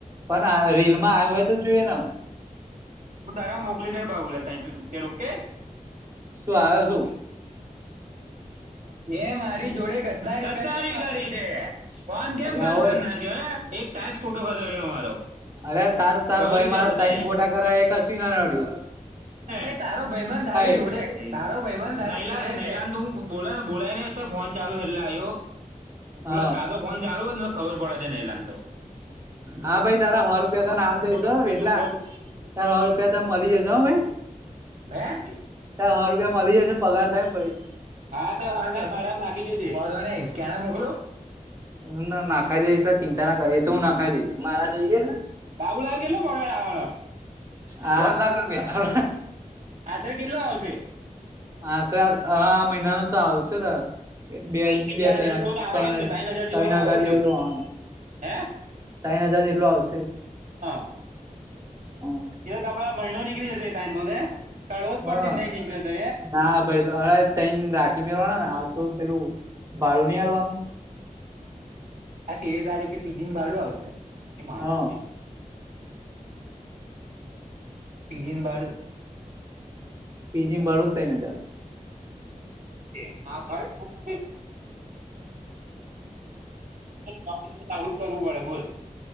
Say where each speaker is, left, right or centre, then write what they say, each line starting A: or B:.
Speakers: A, on the right; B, on the right.
A: પણ રીલમાં આવ્યું હોય તો જોઈએ ને અમે.
B: હું તારા મોકલી છે બાબુલા ત ઓકે.
A: શું આવ્યો શું
B: એ મારી જોડે. બચ ગારીે વન ગેમ
A: એટલે
B: કટકે
A: હોય
B: એક. તં જ ફોટો ખાધો રહ્યો અમારો.
A: અરે તાર તાર
B: સો
A: ભાઈ
B: રૂપિયા
A: મારા ટામ
B: ગધાર્યા
A: ખોટા કર કસવી નાડી.
B: એ તારો ભાઈબંધ દારી
A: એ
B: જોડે તારો ભાઈબંધ દ. હું બોલા બોલાયને તો ફોન ચાલુ એટલે આવ્યો.
A: હા
B: પલ સાદો ફોન ચાલુ હોત ખબર પડે તે નહી લતો.
A: હા ભાઈ તારા હોરૂપ તો નાલ દઈસો
B: મૂકી
A: વેટલા.
B: દીધો ઉપર
A: તાર સો રૂપિયા તમે મળી જજો ભાઈ.
B: મે <unintelligible>
A: સ રૂપિયા મળી જશે પગાર થાય ને પડી.
B: હા તો ઓ ફ નાખી દેજ ન સ્કેનર મોકલું.
A: હું ના નાખાઈ દઈશ એ ચિંતા ના કર એ તો હું નાખાઈ દઈશ મા જોઈએ
B: બાબુલા ગેલો બગ લાવનોો
A: હ લાખ રૂપિયા
B: આચરે કેટલો આવશે
A: આશરે આ હ મહિના ન તો આવશે બે
B: ત્રણ
A: બે
B: ચાર હજાર જેવો તો આવવાનો
A: તના
B: જ ને ત્રણ
A: તના
B: જેવો તો આવો
A: હજાર જેવ
B: જ જો
A: જોવાવાનો
B: હે
A: તઈ અદાજ એટલું આવશે
B: હા
A: હ
B: એ તો તમારો મહિનો નીકળી જશે ટાઈમ કાઢવો જ પડશે
A: હ
B: નહી નીકળી
A: ના ભાઈ અરે તઈ રાખી મેરવાના ને આવ તો પેલું ભાડું નહી હડવાનું
B: આ તે ધારે કે પીજી ભાડું આવશે
A: હ
B: ચોરી પીજી બાળું
A: પીજીમ બારું જ થાય ને જા
B: <unintelligible> આવું જ કરવું પડે ભુલ